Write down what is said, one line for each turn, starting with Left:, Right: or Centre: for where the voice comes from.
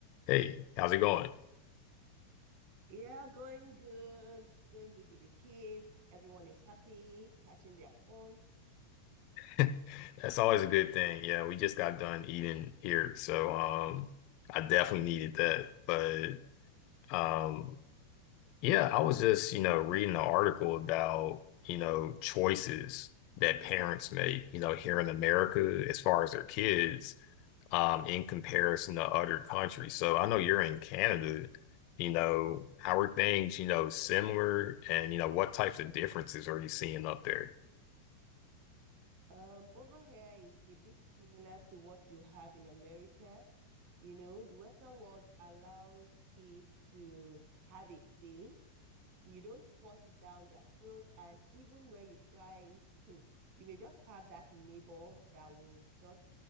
Left: Hey, how's it going?
Right: Yeah, going good, going good with the kids. Everyone is happy, catching their phone.
Left: <laughs> That's always a good thing. Yeah, we just got done eating here, so um I definitely needed that. But um yeah, I was just, you know, reading an article about, you know, choices that parents make, you know, here in America as far as their kids um in comparison to other countries. So I know you're in Canada, you know, how are things, you know, similar and you know what types of differences are you seeing up there?
Right: Um, over here, it's a bit similar to what you have in America. You know, the Western world allows kids to have a say. You don't force it down their throat, and even when you try it, hmm, you may just have that neighbor that will just